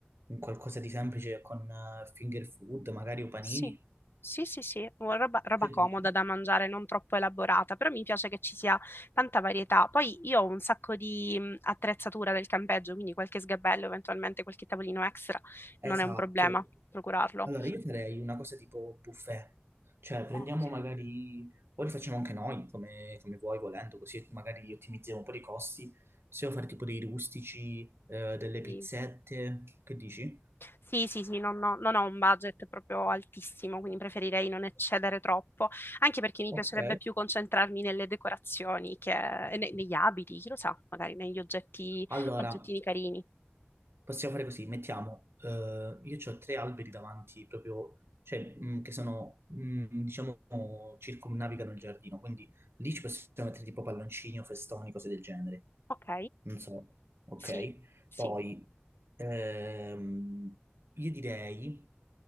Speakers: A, on the right; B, on the left.
A: un qualcosa di semplice con eh, finger food, magari o panini.
B: Sì, sì, sì, sì, una roba, roba
A: Che
B: comoda
A: dici?
B: da mangiare, non troppo elaborata, però mi piace che ci sia tanta varietà. Poi io ho un sacco di mh, attrezzatura del campeggio, quindi qualche sgabello, eventualmente qualche tavolino extra,
A: Esatto.
B: non è un problema procurarlo.
A: Allora, io farei una cosa tipo buffet, cioè prendiamo
B: Ok.
A: magari, o li facciamo anche noi, come, come vuoi, volendo, così magari ottimizziamo un po' i costi, possiamo fare tipo dei rustici, eh, delle
B: Sì,
A: pizzette, che dici?
B: sì, sì, sì, non ho, non ho un budget proprio altissimo, quindi preferirei non eccedere troppo, anche perché mi
A: Ok.
B: piacerebbe più concentrarmi nelle decorazioni che, e ne- negli abiti, chi lo sa, magari negli oggetti,
A: Allora,
B: oggettini carini.
A: possiamo fare così, mettiamo, eh, io ho tre alberi davanti, proprio, cioè, mh, che sono, mh, diciamo, circumnavigano il giardino, quindi lì ci possiamo mettere tipo palloncini o festoni, cose del genere.
B: Ok.
A: non so, ok?
B: Sì, sì.
A: Poi ehm, io direi